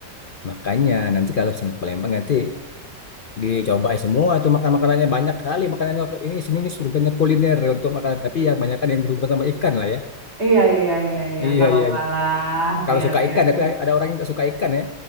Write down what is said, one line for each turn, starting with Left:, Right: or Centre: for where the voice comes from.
Left: Makanya nanti kalau misalnya ke Palembang nanti dicobain semua itu makan makanannya banyak kali makanannya ini sini ini surganya kuliner untuk makanan tapi yang banyak kan yang berhubungan sama ikan lah ya.
Right: Iya, iya, iya, iya.
Left: Iya,
Right: Nggak apa-apa
Left: iya. iya.
Right: lah.
Left: Kalau
Right: Biar,
Left: suka
Right: biar.
Left: ikan, tapi ada orang yang nggak suka ikan ya.